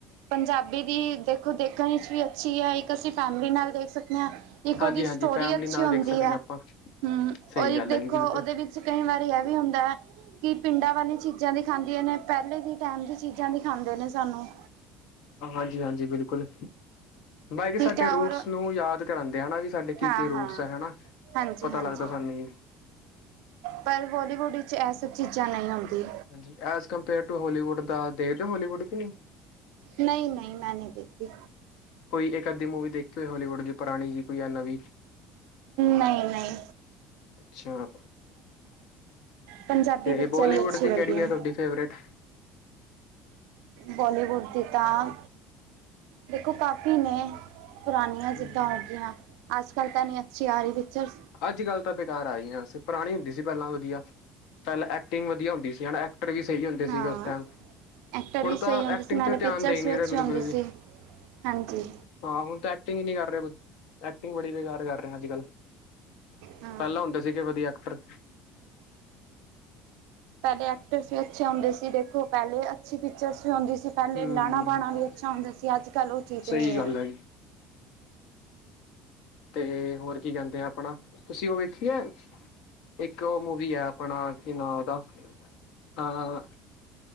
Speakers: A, on the right; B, on the left.
A: ਪੰਜਾਬੀ ਦੀ ਦੇਖੋ ਦੇਖਣ ਵਿੱਚ ਵੀ ਅੱਛੀ ਹੈ ਇੱਕ ਅਸੀ ਫੈਮਿਲੀ ਨਾਲ ਦੇਖ ਸਕਦੇ ਹਾਂ। ਇੱਕ
B: ਹਾਂਜੀ
A: ਉਹ ਦੀ
B: ਹਾਂਜੀ
A: ਸਟੋਰੀ
B: ਫੈਮਿਲੀ
A: ਅੱਛੀ
B: ਨਾਲ
A: ਹੁੰਦੀ
B: ਵੇਖ ਸਕਦੇ
A: ਹੈ
B: ਹਾਂ ਆਪਾਂ
A: ਹਮ
B: ਸਹੀ ਗੱਲ
A: ਇੱਕ ਦੇਖੋ
B: ਹੈ ਜੀ ਬਿਲਕੁਲ
A: ਉਹਦੇ ਵਿੱਚ ਕਈ ਵਾਰੀ ਇਹ ਵੀ ਹੁੰਦਾ ਹੈ ਕਿ ਪਿੰਡਾਂ ਵਾਲੀ ਚੀਜ਼ਾਂ ਦੀ ਖਾਂਦੀਆਂ ਨੇ ਪਹਿਲੇ ਦੇ ਟਾਈਮ ਦੀ ਚੀਜ਼ਾਂ ਦੀਖਾਂਦੇ ਨੇ ਸਾਨੂੰ
B: ਹਾਂਜੀ -ਹਾਂਜੀ ਬਿਲਕੁਲ ਬਾਈਕ
A: ਠੀਕ
B: ਸਾਡੇ
A: ਹੈ
B: ਰੂਟਸ
A: ਔਰ
B: ਨੂੰ ਯਾਦ ਕਰਾਦੇ ਵੀ ਸਾਡੇ ਕੀ
A: ਹਾਂ
B: ਕੀ ਰੂਟਸ
A: ਹਾਂ
B: ਹੈ ਹਨਾ
A: ਹਾਂਜੀ
B: ਪਤਾ
A: ਹਾਂਜੀ
B: ਲੱਗਦਾ ਸਾਨੂੰ ਹੀ
A: ਪਰ ਬੋਲੀਵੁੱਡ ਵਿੱਚ ਇਹ ਸਭ ਚੀਜ਼ਾਂ ਨਹੀਂ ਆਂਦੀ
B: ਹਾਂਜੀ। ਐਸ ਕੰਪੇਅਰ ਟੂ ਹੋਲੀਵੁੱਡ ਦਾ ਦੇਖਦੇ ਹੋਲੀਵੁੱਡ ਕਿ ਨਹੀਂ
A: ਨਹੀਂ - ਨਹੀਂ ਮੈਂ ਨਹੀਂ ਦਿੱਤੀ
B: ਕੋਈ ਇੱਕ ਅੱਧੀ ਮੂਵੀ ਦੇਖ ਕੇ ਹੋਏ ਹੋਲੀਵੁੱਡ ਦੀ ਪੁਰਾਨੀ ਕੋਈ ਜਾਂ ਨਵੀ
A: ਨਹੀਂ- ਨਹੀਂ।
B: ਅੱਛਾ
A: ਪੰਜਾਬੀ
B: ਤੇ
A: ਪਿਕਚਰ
B: ਬੋਲੀਵੁੱਡ
A: ਹੀ ਅੱਛੀ
B: ਦੀ
A: ਲੱਗਦੀ
B: ਕਿਹੜੀ ਆ ਤੁਹਾਡੀ ਫੇਵਰੇਟ
A: ਬੋਲੀਵੁੱਡ ਦੀ ਤਾਂ ਦੇਖੋ ਕਾਫੀ ਨੇ ਪੁਰਾਣੀਆਂ
B: ਹੂੰ
A: ਜਿੱਦਾਂ ਹੋ ਗਈਆਂ ਅੱਜ ਕੱਲ੍ਹ ਤਾਂ ਨਹੀਂ ਅੱਛੀ ਆ ਰਹੀ ਪਿਕਚਰਸ
B: ਅੱਜ ਕੱਲ੍ਹ ਤਾਂ ਬੇਕਾਰ ਆਈ ਹ ਅਸੀਂ ਪੁਰਾਣੀ ਹੁੰਦੀ ਸੀ ਪਹਿਲਾਂ ਵਧੀਆ ਪਹਿਲਾਂ ਐਕਟਿੰਗ ਵਧੀਆ ਹੁੰਦੀ ਸੀ ਹਨਾ ਐਕ ਵੀ ਸਹੀ ਹੁੰਦੇ
A: ਹਾਂ
B: ਸੀਗੇ ਉਸ ਟੈਮ
A: ਐਕਟਰ
B: ਹੁਣ
A: ਵੀ ਸਹੀ
B: ਤਾਂ
A: ਹੁੰਦੇ
B: ਐਕਟਿੰਗ
A: ਸੀ ਨਾਲੇ
B: ਤੇ ਧਿਆਨ
A: ਪਿਕਚਰਸ
B: ਦੇ ਈ ਨੀ
A: ਵੀ ਅੱਛੀ
B: ਰਏ ਬਿਲਕੁਲ
A: ਹੁੰਦੀ ਸੀ
B: ਵੀ
A: ਹਾਂਜੀ
B: ਹਾਂ ਹੁਣ ਤਾਂ ਐਕਟਿੰਗ ਹੀ ਨਹੀਂੀ ਕਰ ਰਹੇ ਐਕਟਿੰਗ ਬੜੀ ਬੇਕਾਰ ਕਰ ਰਹੇ ਨੇ ਅੱਜ ਕੱਲ੍ਹ
A: ਹਾਂ
B: ਪਹਿਲਾਂ ਹੁੰਦੇ ਸੀਗੇ ਵਧੀਆ ਅਕਟਰ
A: ਪਹਿਲੇ ਐਕਟਰਸ ਵੀ ਅੱਛੇ ਹੁੰਦੇ ਸੀ ਦੇਖੋ ਪਹਿਲੇ ਅੱਛੀ ਪਿਕਚਰਸ ਵੀ ਔਦੀਂ ਸੀ। ਪਹਿਲੇ
B: ਹੂੰ
A: ਲਾਣਾ ਪਾਉਣਾ ਵੀ ਅੱਛਾ ਹੁੰਦਾ ਸੀ, ਅੱਜ ਕੱਲ੍ਹ ਉਹ ਚੀਜ਼
B: ਸਹੀ
A: ਨਹੀਂ
B: ਗੱਲ
A: ਹੈ
B: ਹੈਗੀ ਤੇ ਹੋਰ ਕੀ ਕਹਿੰਦੇ ਆ ਆਪਣਾ ਤੁਸੀਂ ਓ ਵੇਖੀ ਐ? ਇੱਕ ਉਹ ਮੂਵੀ ਹੈ ਆਪਣਾ ਕੀ ਨਾਂ ਉਹਦਾ -ਹਾਂ